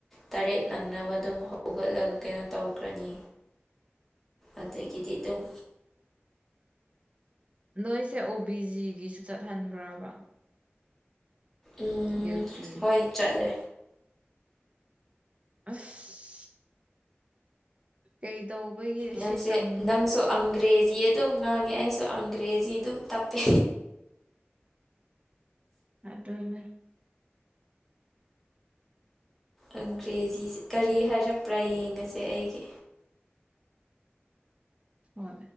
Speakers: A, in the centre; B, on the right (about 30°).
A: ꯇꯔꯦꯠ ꯅꯪꯅꯕ ꯑꯗꯨꯝ ꯍꯧꯒꯠꯂꯒ ꯀꯩꯅꯣ ꯇꯧꯈ꯭ꯔꯅꯤ ꯑꯗꯒꯤꯗꯤ ꯑꯗꯨꯝ
B: ꯅꯣꯏꯁꯦ ꯑꯣ ꯕꯤ ꯖꯤꯒꯤꯁꯨ ꯆꯠꯍꯟꯕ꯭ꯔꯕ
A: ꯎꯝ
B: ꯗ꯭ꯌꯨꯇꯤ
A: ꯍꯣꯏ ꯆꯠꯂꯦ
B: ꯑꯁ ꯀꯩꯗꯧꯕꯒꯤ
A: ꯅꯪꯁꯦ
B: ꯁꯤ ꯇꯝꯕ
A: ꯅꯪꯁꯨ ꯑꯪꯒ꯭ꯔꯦꯖꯤ ꯑꯗꯨꯝ ꯉꯥꯡꯉꯦ ꯑꯩꯁꯨ ꯑꯪꯒ꯭ꯔꯦꯖꯤ ꯑꯗꯨꯝ ꯇꯞꯄꯦ
B: ꯑꯗꯨꯅ
A: ꯑꯪꯒ꯭ꯔꯦꯖꯤꯁꯦ ꯀꯔꯤ ꯍꯥꯏꯔꯛꯄ꯭ꯔꯥ ꯌꯦꯡꯉꯁꯦ ꯑꯩꯒꯤ
B: ꯍꯣꯏ